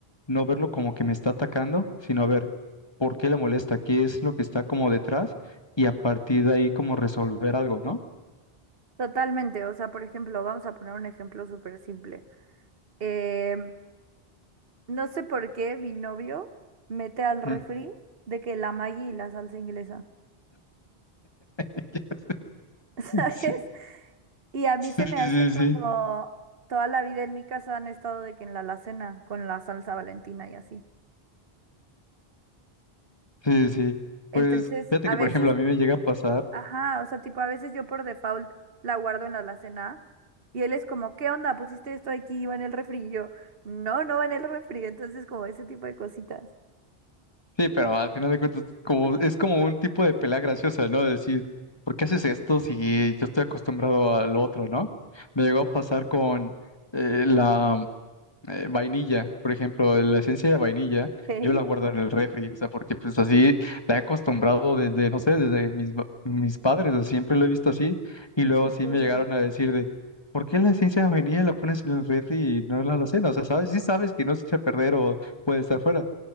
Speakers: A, on the left (about 25°); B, on the right (about 65°).
A: no verlo como que me está atacando, sino a ver por qué le molesta, qué es lo que está como detrás y a partir de ahí como resolver algo, ¿no?
B: Totalmente, o sea, por ejemplo, vamos a poner un ejemplo súper simple. Em, no sé por qué mi novio mete al refri
A: Mm.
B: de que la Maggi y la salsa inglesa,
A: <laughs>
B: <laughs> ¿sabes?
A: Sí,
B: Y a mí
A: sí,
B: se me
A: sí,
B: hace como
A: sí,
B: toda la vida en mi casa han estado de que en la alacena con la salsa Valentina y así.
A: sí, sí.
B: Entonces,
A: Pues fíjate
B: a
A: que,
B: veces,
A: por ejemplo, a mí me llega a pasar
B: ajá, o sea, tipo, a veces yo por default la guardo en la alacena y él es como, ¿qué onda? ¿Pusiste esto aquí? ¿Iba en el refri? Y yo, no, no va en el refri. Entonces, como ese tipo de cositas.
A: Sí, pero al final de cuentas, como, es como un tipo de pelea graciosa, ¿no? De decir, ¿por qué haces esto si yo estoy acostumbrado al otro, ¿no? Me llegó a pasar con eh, la eh, vainilla, por ejemplo, la esencia de vainilla,
B: <laughs> ¿Eh?
A: yo la guardo en el refri, o sea, porque pues así la he acostumbrado desde, no sé, desde mis, ba- mis padres, o sea, siempre lo he visto así, y
B: Qué
A: luego
B: chistoso.
A: sí me llegaron a decir de, ¿por qué la esencia de vainilla la pones en el refri y no en la alacena? O sea, ¿sabes? Sí sabes que no se echa a perder o puede estar fuera.